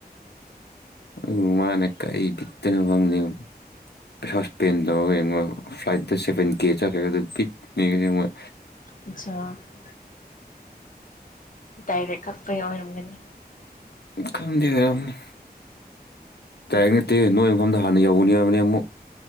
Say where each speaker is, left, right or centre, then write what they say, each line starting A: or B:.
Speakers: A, on the left; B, on the left.
A: ꯎꯝ ꯃꯥꯅꯦ ꯀꯩ ꯕꯤꯠꯇꯅꯣ ꯈꯪꯗꯦꯅꯦ ꯄꯩꯁꯁꯄꯦꯟ ꯇꯧꯔꯒ ꯌꯦꯡꯉꯣ ꯐ꯭ꯂꯥꯏꯠꯇ ꯁꯚꯦꯟ ꯀꯦ ꯆꯠꯈ꯭ꯔꯒ ꯕꯤꯠ ꯃꯩꯅꯤ ꯃꯣꯏ
B: <unintelligible> ꯗꯥꯏꯔꯦꯛ ꯀꯛꯄꯩ ꯑꯣꯏꯔꯝꯒꯅꯤ
A: ꯈꯪꯗꯦ ꯑꯣꯏꯔꯝꯅꯤ ꯇꯥꯏꯔꯤ ꯅꯠꯇꯦ ꯅꯣꯏ ꯃꯐꯝꯗ ꯍꯥꯟꯅ ꯌꯧꯕꯅꯤ ꯍꯥꯏꯕꯅꯤ ꯑꯃꯨꯛ